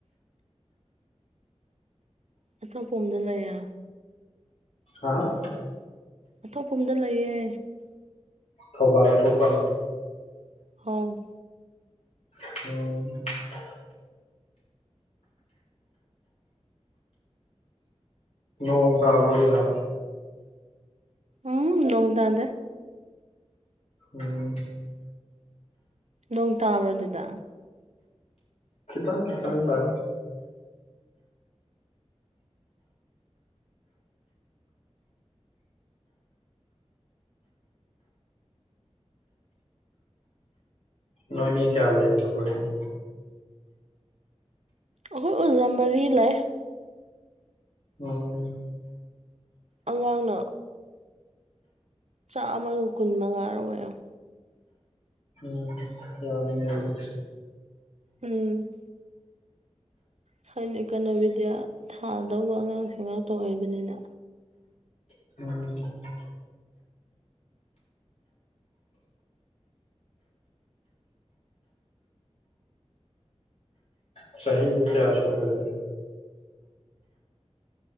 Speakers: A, on the right; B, on the left.
A: ꯑꯊꯣꯛꯄꯝꯗ ꯂꯩꯌꯦ
B: ꯍꯥꯥ
A: ꯑꯊꯣꯛꯄꯝꯗ ꯂꯩꯌꯦ
B: ꯊꯧꯕꯥꯜ ꯑ ꯊꯣꯛꯄꯝ
A: ꯍꯥꯎ
B: <unintelligible> ꯅꯣꯡ ꯇꯥꯕ꯭ꯔꯣ ꯑꯗꯨꯗ
A: ꯎꯝ ꯅꯣꯡꯇꯥꯗꯦ
B: ꯎꯝ
A: ꯅꯣꯡ ꯇꯥꯕ꯭ꯔꯣ ꯗꯨꯗ
B: ꯈꯤꯇꯪ ꯈꯤꯇꯪ ꯇꯥꯢ ꯅꯣꯏ ꯃꯤ ꯀꯌꯥ ꯂꯩꯔꯤꯅꯣ ꯕꯣꯔꯗꯤꯡ
A: ꯑꯈꯣꯏ ꯑꯣꯖꯥ ꯃꯔꯤ ꯂꯩ
B: ꯎꯝ
A: ꯑꯉꯥꯡꯅ ꯆꯥꯝꯃꯒ ꯀꯨꯟ ꯃꯉꯥꯔ ꯑꯣꯏꯔꯝ
B: ꯎꯝ ꯌꯥꯝꯃꯤꯅꯦ ꯑꯗꯨꯗꯤ
A: ꯎꯝ ꯁꯥꯏꯟ ꯏꯀꯅꯣꯃꯦꯗꯤꯌꯥ ꯊꯥꯗꯧꯕ ꯑꯉꯥꯡꯁꯤ ꯉꯥꯛꯇ ꯑꯣꯏꯕꯅꯤꯅ
B: <unintelligible> ꯉꯁꯥꯢꯒꯤ ꯃꯤꯀꯌꯥ ꯁꯨꯔꯒꯦ